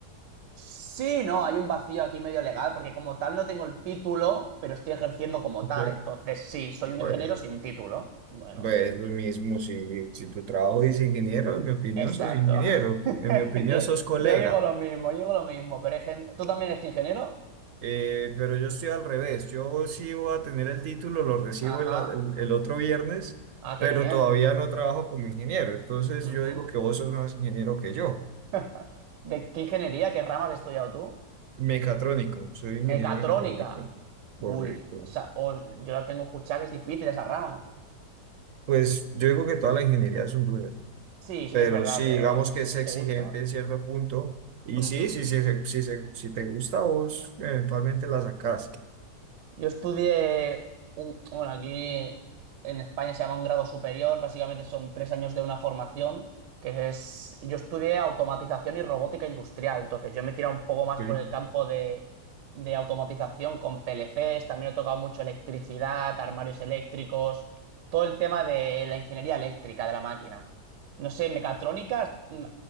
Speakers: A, on the right (about 85°); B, on the right (about 65°).
A: Sí, no, hay un vacío aquí medio legal, porque como tal no tengo el título, pero estoy ejerciendo como
B: Ok.
A: tal. Entonces, sí, soy un
B: Pues,
A: ingeniero sin título. Bueno.
B: pues lo mismo, si, si tu trabajo dice ingeniero, en mi opinión
A: Exacto.
B: sos ingeniero.
A: <laughs>
B: En mi opinión
A: Yo,
B: sos colega.
A: yo digo lo mismo, yo digo lo mismo, pero hay gente... ¿Tú también eres ingeniero?
B: Eh, pero yo estoy al revés. Yo sí voy a tener el título, lo recibo
A: Ajá.
B: el, o- el el otro viernes,
A: Ah, qué
B: pero
A: bien.
B: todavía no trabajo como ingeniero. Entonces,
A: Ujú.
B: yo digo que vos sos más ingeniero que yo.
A: <laughs> ¿De qué ingeniería, qué ramas has estudiado tú?
B: Mecatrónico, soy ingeniero
A: Mecatrónica.
B: mecatrónico,
A: Uy,
B: correcto.
A: esa... oh, yo la tengo escuchada que es difícil esa rama.
B: Pues yo digo que todas las ingenierías son duras, ¿no?
A: Sí, sí
B: Pero
A: que es verdad,
B: sí,
A: pero
B: digamos
A: si
B: que es exigente
A: te gusta...
B: en cierto punto. Y
A: ujú.
B: sí, sí, sí, sí, sí, sí, si te gusta a vos, eventualmente la sacás.
A: Yo estudié un, bueno, aquí en España se llama un grado superior, básicamente son tres años de una formación, que es, yo estudié automatización y robótica industrial, entonces yo me he tirado un poco más
B: Sí.
A: por el campo de, de automatización con PLCs, también he tocado mucho electricidad, armarios eléctricos, todo el tema de la ingeniería eléctrica de la máquina. No sé, mecatrónica, mm,